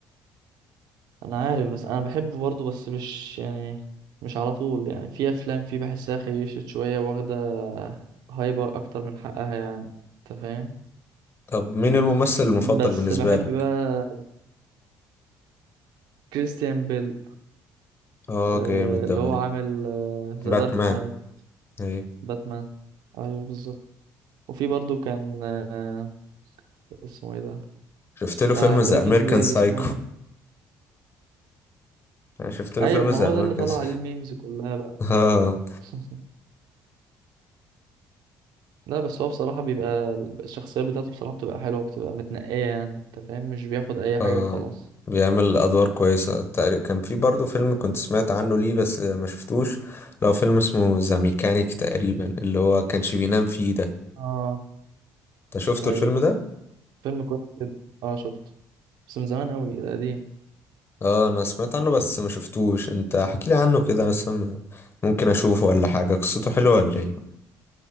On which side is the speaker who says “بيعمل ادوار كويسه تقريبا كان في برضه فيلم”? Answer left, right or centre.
Left